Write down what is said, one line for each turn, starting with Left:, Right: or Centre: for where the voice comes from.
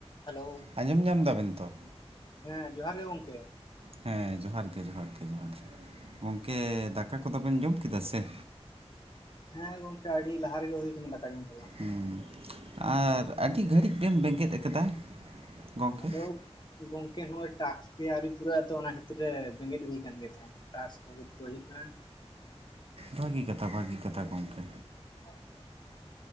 Left: Hello,
Right: ᱟᱸᱡᱚᱢ ᱧᱟᱢ ᱫᱟᱵᱮᱱ ᱛᱚ?
Left: ᱦᱮᱸ ᱡᱚᱦᱟᱨ ᱜᱮ ᱜᱚᱝᱠᱮ ᱾
Right: ᱦᱮᱸ ᱡᱚᱦᱟᱨ ᱜᱮ ᱡᱚᱦᱟᱨ ᱜᱮ ᱡᱚᱦᱟᱨ ᱜᱮ ᱜᱚᱝᱠᱮ ᱫᱟᱠᱟ ᱠᱚᱫᱚᱵᱮᱱ ᱡᱚᱢ ᱠᱮᱫᱟ ᱥᱮ?
Left: ᱦᱮᱸ ᱜᱚᱝᱠᱮ ᱟᱹᱰᱤ ᱞᱟᱦᱟ ᱨᱮᱜᱮ ᱦᱳᱭ ᱠᱟᱱᱟ ᱫᱟᱠᱟ ᱡᱚᱢ ᱠᱚᱫᱚ᱾
Right: ᱦᱩᱸ, ᱟᱨ ᱟᱹᱰᱤ ᱜᱷᱟᱹᱲᱤᱡ ᱵᱮᱱ ᱵᱮᱸᱜᱮᱫ ᱟᱠᱟᱫᱟ᱾ ᱜᱚᱝᱠᱮ
Left: ᱟᱫᱚ ᱜᱚᱝᱠᱮ ᱱᱚᱜᱼᱚᱭ ᱴᱟᱠᱥ ᱜᱮ ᱟᱹᱣᱨᱤ ᱯᱩᱨᱟᱹᱜ ᱟᱛᱚ ᱚᱱᱟ ᱛᱤᱨ ᱨᱮ ᱵᱮᱸᱜᱮᱫ ᱦᱩᱭ ᱟᱠᱟᱱ ᱜᱮ ᱛᱟᱦᱮᱸᱫ ᱴᱟᱠᱥ ᱠᱚᱜᱮ ᱯᱩᱨᱟᱹᱣ ᱦᱩᱭᱩᱜ ᱠᱟᱱᱟ᱾
Right: ᱵᱷᱟᱜᱤ ᱠᱟᱛᱷᱟ ᱵᱷᱟᱜᱤ ᱠᱟᱛᱷᱟ ᱜᱚᱝᱠᱮ᱾
Left: <unintelligible>